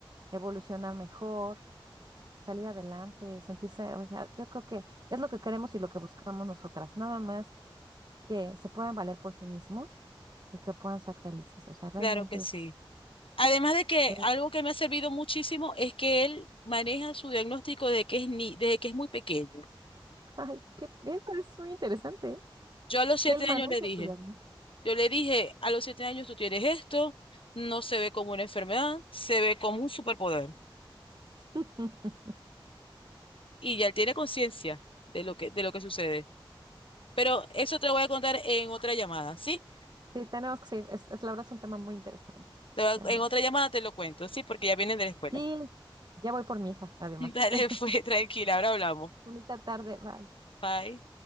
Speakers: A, on the right (about 50°); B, on the left (about 80°).
A: evolucionar mejor, salir adelante, sentirse, o sea, yo creo que es lo que queremos y lo que buscamos nosotras, nada más que se puedan valer por sí mismos y que puedan ser felices. O sea, realmente
B: Claro que sí.
A: es,
B: Además de que
A: yo,
B: algo que me ha servido muchísimo es que él maneja su diagnóstico desde que es ni, desde que es muy pequeño.
A: <laughs> ay, que eso es muy interesante, ¿eh?
B: Yo a los siete
A: Que él maneja
B: años le dije,
A: tu alma.
B: yo le dije, a los siete años tú tienes esto, no se ve como una enfermedad, se ve como un superpoder.
A: <laughs>
B: Y ya él tiene conciencia de lo que, de lo que sucede. Pero eso te lo voy a contar en otra llamada, ¿sí?
A: Sí, tenemos que seguir, es, es la verdad es un tema muy interesante,
B: Te va-
A: realmente.
B: En otra llamada te lo cuento, ¿sí? Porque ya vienen de la escuela.
A: Sí, ya voy por mi hija, además.
B: <laughs> Dale,
A: <laughs>
B: fue tranquila, ahora hablamos.
A: Bonita tarde, bye.
B: Bye.